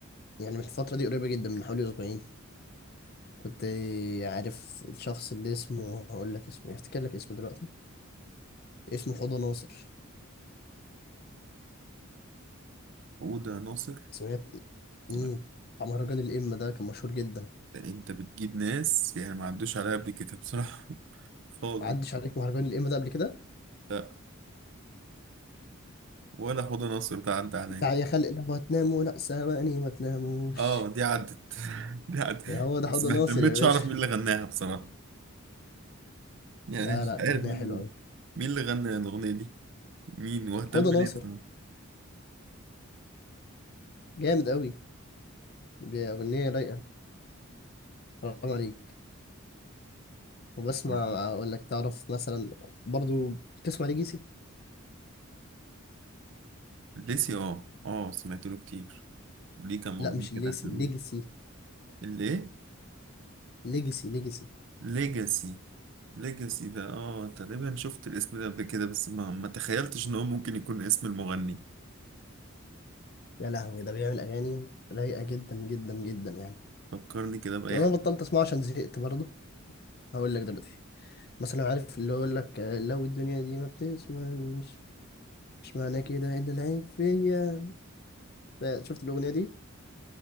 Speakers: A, on the left; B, on the right.
A: يعني من الفترة دي قريبة جدا من حوالي أسبوعين كنت عارف الشخص اللي اسمه هقول لك اسمه هفتكر لك اسمه دلوقتي اسمه حوضة ناصر
B: حودة ناصر
A: سمعت امم
B: لا
A: بتاع مهرجان الإمة ده كان مشهور جدا
B: ده انت بتجيب ناس يعني ما عدوش عليا قبل كده بصراحة <laughs> خالص
A: ما عدش عليك مهرجان الإمة ده قبل كده
B: لا ولا حودة ناصر ده عدى عليا
A: بتاع يا خلق لو هتناموا لأ سامعني ما تناموش
B: اه دي عدت <laughs> دي عدت
A: هو ده
B: بس
A: حوضة
B: ما
A: ناصر
B: اهتمتش
A: يا باشا
B: اعرف مين اللي غناها بصراحة يعني
A: لا
B: مش
A: لا
B: عارف
A: أغنية
B: مين
A: حلوة أوي
B: مين اللي غنى الأغنية دي مين واهتم
A: حوضة ناصر
B: ليه بصراحة
A: جامد أوي بأغنية رايقة حرام عليك وبسمع
B: معرفش.
A: اقول لك تعرف مثلا برضو تسمع ليجيسي
B: ليسي اه اه سمعت له كتير ليه كام
A: لا
B: أغنية
A: مش
B: كده
A: الليسي
B: حلوين
A: ليجيسي
B: اللي ايه
A: ليجيسي ليجيسي
B: ليجاسي ليجاسي ده اه تقريبا شفت الاسم ده قبل كده بس ما ما تخيلتش ان هو ممكن يكون اسم المغني
A: يا لهوي ده بيعمل اغاني رايقه جدا جدا جدا يعني
B: فكرني كده بأي
A: انا
B: حاجة
A: بطلت اسمعه عشان زهقت برضو هقول لك دلوقتي مثلا عارف اللي يقول لك آه، لو الدنيا دي ما بتسمعنيش مش معنى كده ان العين فيا ف- شفت الاغنيه دي